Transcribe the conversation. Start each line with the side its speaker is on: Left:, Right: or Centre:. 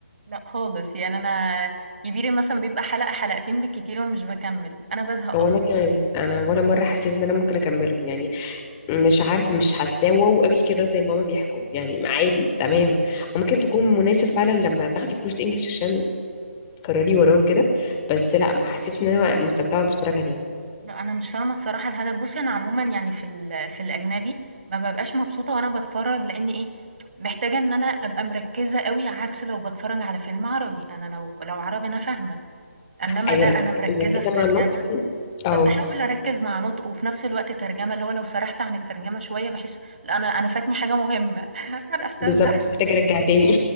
Right: لأ خالص، يعني أنا كبيري مثلًا بيبقى حلقة، حلقتين بالكتير ومش باكمّل، أنا بازهق
Left: وانا
Right: أصلًا.
Left: كمان انا ولا مره حسيت ان انا ممكن اكمله يعني مش عارفه مش حاساه واو قوي كده زي ما هما بيحكوا يعني عادي تمام ممكن تكون مناسب فعلا لما تاخدي كورس انجليش عشان تكرري وراه وكده بس لا ما حسيتش ان انا مستمتعه وانا بتفرج عليه
Right: لأ، أنا مش فاهمة الصراحة الهدف. بُصّي، أنا عمومًا يعني في ال في الأجنبي ما بابقاش مبسوطة وأنا باتفرّج، لإن إيه، محتاجة إن أنا أبقى مركّزة أوي، عكس لو باتفرّج على فيلم عربي. أنا لو لو عربي أنا فاهمة، إنّما
Left: ايوه
Right: ده أنا
Left: انت بتبقي
Right: مركّزة
Left: مركزه
Right: في ترجمة،
Left: مع النطق اه
Right: باحاول أركّز مع نُطقه وفي نفس الوقت ترجمة، اللي هو لو سرحت عن الترجمة شوية باحس لأ، أنا أنا فاتني حاجة مهمة، <laughs> عارفة الإحساس
Left: بالظبط
Right: ده؟
Left: <laughs> محتاجه ارجع تاني